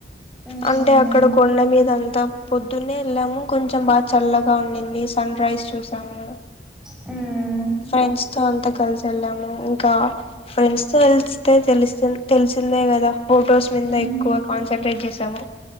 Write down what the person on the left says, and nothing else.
అంటే అక్కడ కొండ మీద అంతా పొద్దునే వెళ్ళాము, కొంచెం బాగా చల్లగా ఉండింది. సన్ రైజ్ చూసాము.
ఫ్రెండ్స్ తో అంతా కలిసి వెళ్ళాము ఇంకా ఫ్రెండ్స్ తో కలిస్తే తెలిసి తెలిసిందే కదా ఫొటోస్ మీద
ఎక్కువ కాన్సన్ట్రేట్ చేసాము.